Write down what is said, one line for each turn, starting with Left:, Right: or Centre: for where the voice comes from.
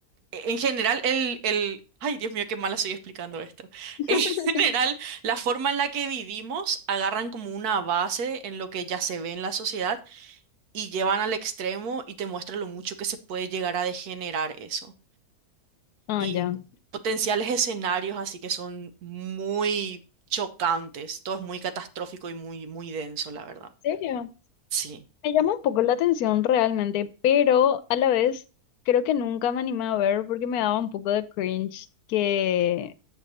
Right: E- En general, el, el... Ay, Dios mío, qué mala estoy explicando esto. <laughs>
Left: <laughs>
Right: En general, la forma en la que vivimos agarran como una base en lo que ya se ve en la sociedad. y llevan al extremo y te muestra lo mucho que se puede llegar a degenerar eso.
Left: Ah,
Right: Y
Left: ya. ¿En
Right: potenciales escenarios así que son muy chocantes, todo es muy catastrófico y muy, muy denso, la verdad.
Left: serio?
Right: Sí,
Left: Me llama un poco la atención realmente, pero a la vez creo que nunca me animé a ver porque me daba un poco de cringe que